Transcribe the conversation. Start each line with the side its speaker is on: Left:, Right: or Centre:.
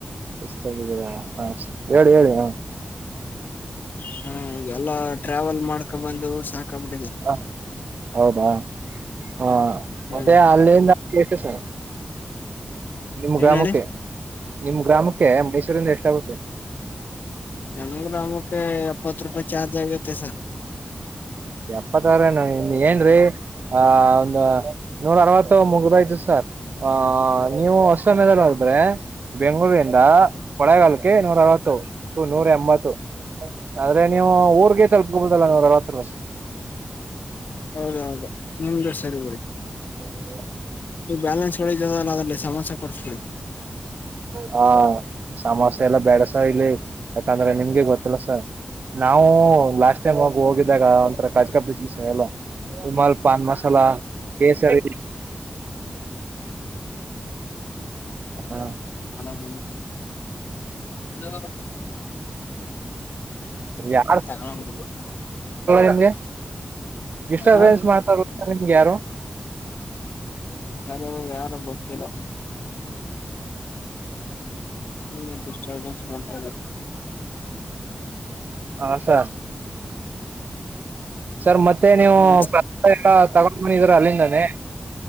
Right: ಸ್ತಿದ್ದರಾ ಹಾ ಹೇಳಿ ಹೇಳಿ ಹ
Left: ಹ್ಮ ಎಲ್ಲ ಟ್ರಾವೆಲ್ ಮಾಡ್ ಬಂದು ಸಾಕಾಗ್ಬಿಟ್ಟಿದೆ
Right: ಹ ಹೌದಾ ಹಾ
Left: ಹ್ಮ್
Right: ಮತ್ತೆ ಅಲ್ಲಿಂದ ಕೆಸ ಸರ ನಿಮ್ಮ
Left: ಏನ್
Right: ಗ್ರಾಮಕ್ಕೆ,
Left: ಹೇಳಿ
Right: ನಿಮ್ಮ್ ಗ್ರಾಮಕ್ಕೆ ಮೈಸೂರಿಂದ ಎಷ್ಟು ಾಗಕ್ಕೆ
Left: ಯಮಂಗ್ರ ಅಮಕ್ಕೆ ಎಪ್ಪತ್ತು ರೂಪಾಯಿ ಚಾರ್ಜ್ ಆಗತ್ತೆ ಸರ್
Right: ಎಪ್ಪತ್ತಾರನು ಏನ್ೀ ಆ ಹ ನೂರ ಅರವತ್ತು ಮುಗರು ಆಯ್ತು ಸರ್ ಹ ಹ ನೀವು ಅಷ್ಟಮ್ಯದಲ್ಲಿ ಹೋದ್ರೆ ಬೆಂಗಗಳೂರಿಂದ ಕೊಳೆಗಾಲಕ್ಕೆ ನೂರ ಅರವತ್ತು ನೂರ ಎಂಬತ್ತು ಆದ್ರೆ ನೀವು ಊರ್ಗೆ ತಲ್ಪಬುದಲ್ಲ ನೂರ ಅರವತ್ತು ರ
Left: ಹೌದ ಹೌದು ಮುಮ್ದೆ ಸರಿ ಬಿ
Right: ಹ್ಮ
Left: ಈ ಬ್ಯಾಲೆನ್ಸ್ ಹೊ ದಲ್ಲಿ ಸಮಸ್ಯೆ ಪಡಿಸಕೊಳ್ಳಿ
Right: ಹಾ ಸಮೋಸೆ ಎಲ್ಲಾ ಬೆಡಸ ಇಲ್ಲಿ ಯಾಕಂದ್ರೆ ನಿಮಗೆ ಗೊತ್ತ ಸ ನಾವು ಲಾಸ್ಟ್ ಟೈಮ್ ಹಿ ಹೋಗಿದಾಗ ಒಂಥರ ಕಜಗಾ ಬಜ ಎಲ್ಲ ಹಮಲ್ ಪಾನ್ ಮಸಾಲ ಕೇಸರಿ ಹ
Left: ಮ ಅಲೋ
Right: ಯ
Left: ತಗೊಂಡ್ ಬಿಡಿ
Right: ನಿಮಗೆ ಡಿಸರ್ಬನ್ಸ್
Left: ಹಾ
Right: ಮಾಡ್ತ ನಿಮಗೆ ಯಾರು
Left: ಸರಿಾಗ ಯಾರು ಗೊತ್ತಿಲ್ಲ ಹ್ಮ್ಮ ಡಿಸ್ಟರ್ಬನ್ಸ್ ಮಾಡ್ತ
Right: ಹಾ ಸ ಸರ್ ಮತ್ತೆ ಮತ್ತೆ ನೀವುಗ
Left: ಹ್ಮ್.
Right: ಇದರ ಅಲ್ಲಿಂದಾನೇ